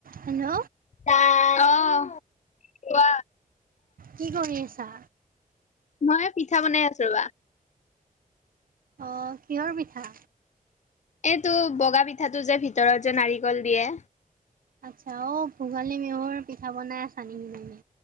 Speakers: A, on the right; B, on the left.
A: Hello.
B: ত আহ কোৱা।
A: কি কৰি আছা।
B: মই পিঠা বনাই আছো ৰবা।
A: অ কিহৰ পিঠা।
B: এইটো বগা পিঠাটো যে ভিতৰত যে নাৰিকল দিয়ে
A: আচ্ছা অঔ ভোগালী বিহুৰ পিঠা বনাই আছা নেকি মি